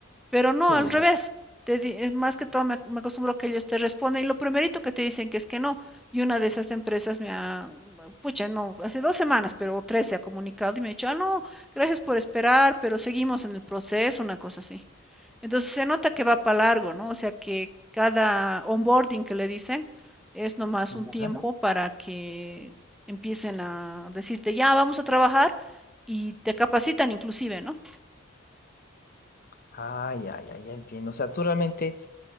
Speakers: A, in the centre; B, on the left (about 45°).
A: Pero no,
B: Sí.
A: al revés. Te di- es más que todo me, me acostumbro a que ellos te responden y lo primerito que te dicen que es que no. Y una de esas empresas me ha, pucha, no, hace dos semanas, pero o tres se ha comunicado y me ha dicho, ah, no, gracias por esperar, pero seguimos en el proceso, una cosa así. Entonces se nota que va para largo, ¿no? O sea que cada onboarding que le dicen es nomás
B: Ujú.
A: un tiempo para que empiecen a decirte, ya, vamos a trabajar y te capacitan inclusive, ¿no?
B: Ah, ya, ya, ya entiendo. O sea, tú realmente...